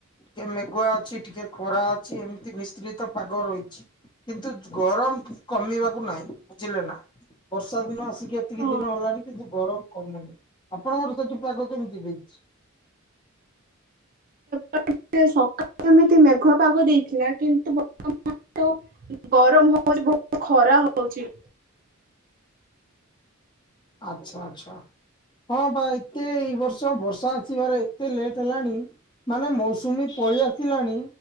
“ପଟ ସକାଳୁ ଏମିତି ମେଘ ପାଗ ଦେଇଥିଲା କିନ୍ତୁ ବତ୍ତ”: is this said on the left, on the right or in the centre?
Right